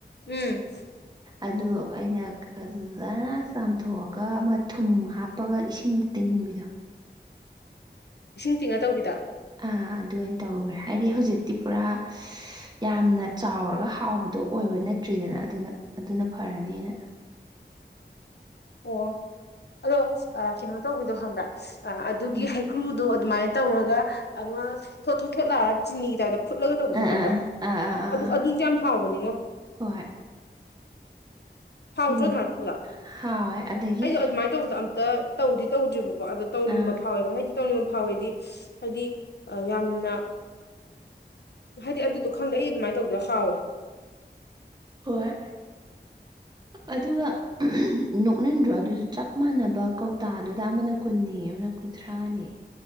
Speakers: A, on the left; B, on the right.
A: ꯎꯝ
B: ꯑꯗꯨ ꯑꯩꯅ ꯐꯖꯅ ꯆꯥꯝꯊꯣꯛꯑꯒ ꯃꯊꯨꯝ ꯍꯥꯞ ꯀꯞꯄꯒ ꯏꯁꯤꯡ ꯇꯤꯡꯕꯤꯗꯣ
A: ꯏꯁꯤꯡ ꯇꯤꯡꯉ ꯇꯧꯕꯤꯗ
B: ꯑꯥ ꯑꯗꯨꯅ ꯇꯧꯈ꯭ꯔꯦ ꯍꯥꯏꯗꯤ ꯍꯧꯖꯤꯛꯇꯤ ꯄꯨꯔꯥ ꯌꯥꯝꯅ ꯆꯥꯎꯔꯒ ꯍꯥꯎꯕꯗꯣ ꯑꯣꯏꯕ ꯅꯠꯇ꯭ꯔꯤꯗꯅ ꯑꯗꯨꯅ ꯑꯗꯨꯅ ꯐꯔꯅꯤꯅ
A: ꯑꯣ ꯑꯗꯣ ꯀꯩꯅꯣ ꯇꯧꯕꯤꯗꯣ ꯍꯪꯕ꯭ꯔꯥ ꯑꯗꯨꯒꯤ
B: ꯎꯝ
A: ꯍꯩꯀ꯭ꯔꯨꯗꯣ ꯑꯗꯨꯃꯥꯏꯅ ꯇꯧꯔꯒ ꯑꯃ ꯊꯣꯠ ꯊꯣꯠ ꯊꯣꯠ ꯂꯥꯛꯑꯒ ꯆꯤꯅꯤꯒꯤ ꯇꯥꯏꯞꯇ ꯐꯨꯠꯂꯒ ꯇꯧꯕꯗꯣ
B: ꯑꯥ ꯑꯥ
A: ꯍꯕ꯭ꯔꯥ
B: ꯑꯥ ꯑꯥ ꯑꯥ ꯑꯥ
A: ꯑꯗꯨ
B: ꯑꯥ
A: ꯑꯗꯨꯁꯨ ꯌꯥꯝ ꯍꯥꯎꯕꯅꯤꯉꯣ
B: ꯍꯣꯏ
A: ꯐꯥꯎꯗ꯭ꯔꯣ
B: ꯀꯩꯅꯣ
A: ꯑꯗꯨꯃꯥꯏꯅ ꯄꯨꯔꯥ
B: ꯍꯥꯎꯋꯦ ꯑꯗꯒꯤ
A: ꯑꯩꯁꯨꯣ ꯑꯗꯨꯃꯥꯏꯅ ꯇꯧꯕꯗꯣ ꯑꯝꯇ ꯇꯧꯗꯤ ꯇꯧꯗ꯭ꯔꯤꯕꯀꯣ ꯑꯗꯣ ꯇꯧꯅꯤꯡꯕ
B: ꯑꯥ
A: ꯐꯥꯎꯋꯦꯕ ꯍꯥꯏꯗꯤ ꯇꯧꯅꯤꯡꯕ ꯐꯥꯎꯋꯦꯗꯤ ꯍꯥꯏꯗꯤ ꯌꯥꯝꯅ ꯍꯥꯏꯗꯤ ꯑꯗꯨꯗꯣ ꯈꯪꯗꯦ ꯑꯩ ꯑꯗꯨꯃꯥꯏꯅ ꯇꯧꯕꯗꯣ ꯍꯥꯎꯋꯦ
B: ꯍꯣꯏ ꯑꯗꯨꯒ ꯅꯣꯛꯅꯤꯡꯗ꯭ꯔꯣ ꯑꯗꯨꯁꯨ ꯆꯞ ꯃꯥꯟꯅꯕ ꯀꯧꯇꯥꯗꯨꯗ ꯑꯃꯅ ꯀꯨꯟꯅꯤ ꯑꯃꯅ ꯀꯨꯟꯊ꯭ꯔꯥꯅꯦ